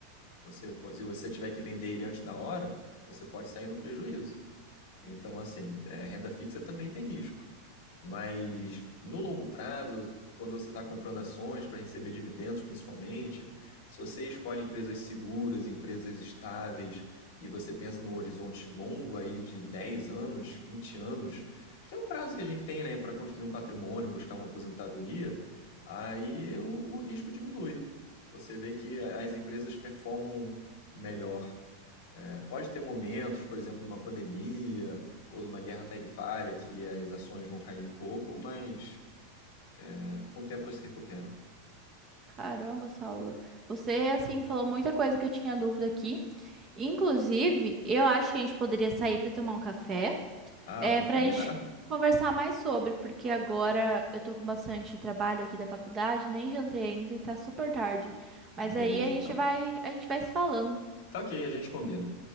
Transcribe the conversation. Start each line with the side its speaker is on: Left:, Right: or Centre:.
Left: Você, pode- se você tiver que vender ele antes da hora, você pode sair no prejuízo. Então, assim, é, renda fixa também tem risco. Mas no longo prazo, quando você está comprando ações para receber dividendos, principalmente, se você escolhe empresas seguras, empresas estáveis, e você pensa num horizonte longo aí de 10 anos, 20 anos, que é o prazo que a gente tem, né, para construir um patrimônio, buscar uma aposentadoria, aí o, o risco diminui. Você vê que as empresas performam melhor é, Pode ter momentos, por exemplo, de uma pandemia ou de uma guerra tarifária que as ações vão cair um pouco, mas é, com o tempo elas se recuperam.
Right: Caramba, Saulo, você assim falou muita coisa que eu tinha dúvida aqui. Inclusive, eu acho que a gente poderia sair para tomar um café,
Left: Ah,
Right: é
Left: vamos
Right: para
Left: combinar.
Right: a gente conversar mais sobre, porque agora eu tô com bastante trabalho aqui da faculdade, nem jantei ainda e tá super tarde. Mas
Left: Beleza,
Right: aí a gente
Left: então.
Right: vai, a gente vai se falando.
Left: Tá ok, a gente combina.